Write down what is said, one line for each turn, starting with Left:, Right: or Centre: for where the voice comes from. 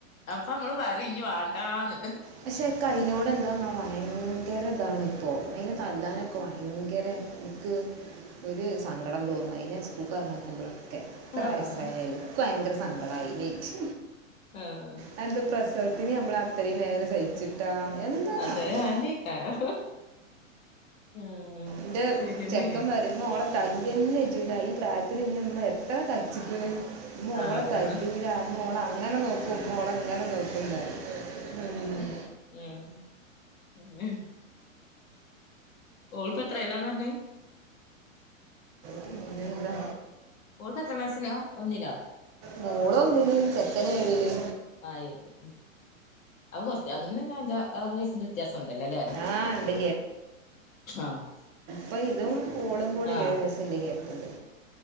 Left: അപ്പ മ്മള് പറി ഞ് വാണ്ടാന്ന്
Right: പക്ഷെ ക്കയ്നോട് എന്താന്നാ വയങ്കരതാണ്പ്പോ
Left: അന്നെ
Right: അയിനെ തല്ലാനൊക്കെ
Left: ആഹ്
Right: വാ ങ്കര ഇൻക്ക് ഒരു സങ്കടം തോന്നും അയ്നെ സ്കൂൾക്കർഞേക്കുമ്പളൊക്കെ ത്ര
Left: ആഹ്
Right: വയസായാലും ക്ക്‌ ഭയങ്കര സങ്കടാ
Left: ആഹ്
Right: അയ്നേറ്റ്
Left: ആഹ്
Right: അഎന്ത പ്രസവത്തിന് നമ്മൾ അത്രയും വേദന സഹിച്ചി ട്ടാ എന്തന്നാവോ
Left: അതൊരു ആന്നെക്കാരം ആഹ്
Right: ന്റെ
Left: ശരിയെന്നേണ്
Right: ചെക്കൻമാ തിമ്മ ഓളെ തല്ലെല്ലി ജ്ജ് ന്നയ് ഈ പ്രായത്തി ഇന്നമ്മ എത്ര തച്ചിക്ണ് മ്മ
Left: ആഹ്
Right: ഓളെ തല്ലൂല
Left: ആഹ്
Right: മ്മ ഓളെ അങ്ങനെ നോക്കും മ്മോളെങ്ങനെ നോക്കും താറിം തും ഉം
Left: ഉം ഓൾപ്പത്രേലാന്നർഞേ
Right: പിന്നെ എന്താ
Left: ഓളിപ്പ എത്രാം ക്ലാസ്സിലാ ഒന്നിലോ
Right: മോളൊന്നില് ചെക്കന് ഏഴില്
Left: ആയിക്കെ അഉ കൊർച്ച അതുംനെ ഞാ അഞ്ച ആറു വയസിന്റെ ത്യാസംണ്ടല്ലോല്ലേ
Right: ആ ഉണ്ട്
Left: ആഹ്
Right: പ്പൊ ഇതും ഓളും കൂടെ
Left: ആഹ്
Right: ഏഴു വയസ്സിന്റെ ഗ്യാപ്ണ്ട്